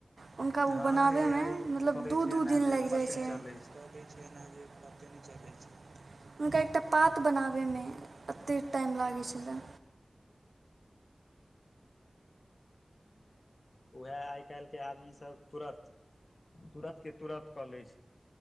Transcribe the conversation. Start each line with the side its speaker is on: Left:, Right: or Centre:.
Right: हुनका उ
Left: हँ
Right: बनाबैमे
Left: ए आइ
Right: मतलब
Left: करै
Right: दू
Left: छै
Right: दू
Left: एना
Right: दिन
Left: जे
Right: लागि
Left: पते
Right: जाइ छैय।
Left: चलै
Right: छै ने जेत <unintelligible> हुनका एकटा पात बनाबैमे एते टाइम लागै छलै।
Left: उएह आइ काल्हिके आदमीसब तुरन्त तुरन्तके तुरन्त कऽ लै छैय।